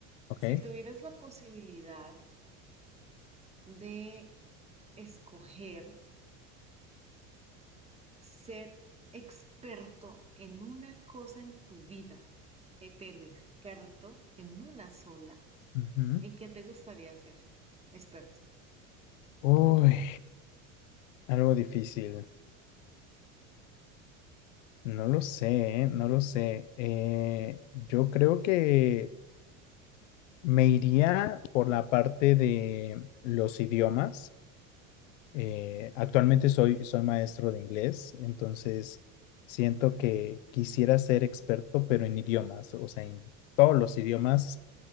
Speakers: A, on the left (about 80°); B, on the right (about 15°).
A: ok.
B: si tuvieras la posibilidad de escoger ser experto en una cosa en tu vida, eh, pero experto en una sola,
A: Ujú.
B: ¿en qué te gustaría ser experto?
A: Uy, algo difícil. No lo sé, ¿eh? no lo sé. Eh, yo creo que Me iría por la parte de los idiomas. Eh, actualmente soy, soy maestro de inglés, entonces siento que quisiera ser experto, pero en idiomas, o sea, en todos los idiomas